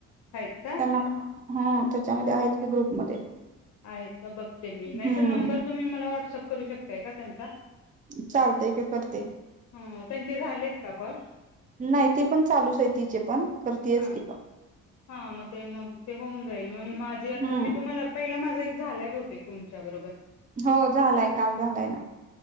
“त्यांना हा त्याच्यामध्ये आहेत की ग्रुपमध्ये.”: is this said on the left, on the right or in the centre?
Right